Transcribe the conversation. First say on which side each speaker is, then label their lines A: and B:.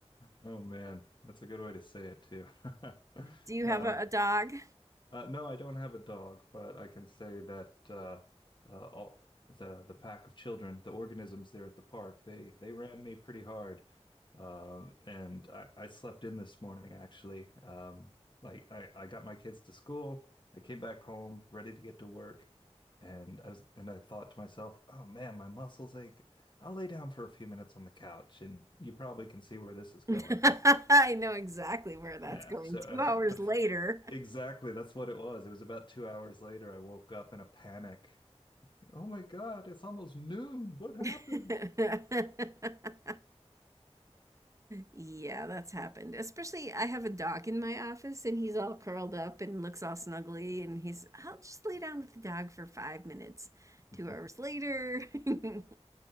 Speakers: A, on the left; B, on the right.
A: Oh man. That's a good way to say it too. <laughs>
B: Do you
A: Uh,
B: have a, a dog?
A: Uh, no, I don't have a dog, but I can say that uh, uh, all the the pack of children, the organisms there at the park, they they ran me pretty hard, um, and I, I slept in this morning actually. Um, like I, I got my kids to school, I came back home ready to get to work, and I was and I thought to myself, oh man, my muscles ache. I'll lay down for a few minutes on the couch, and you probably can see where this
B: <laughs>
A: is going.
B: I know exactly where that's
A: Yeah,
B: going.
A: so
B: Two
A: uh,
B: hours
A: <laughs> a f-
B: later.
A: exactly that's what it was. It was about two hours later. I woke up in a panic. Oh my God, it's almost noon. What happened?
B: <laughs> Yeah, that's happened. Especially, I have a dog in my office and he's all curled up and looks all snuggly. And he's, I'll just lay down with the dog for five minutes.
A: <laughs>
B: Two hours later. <laughs>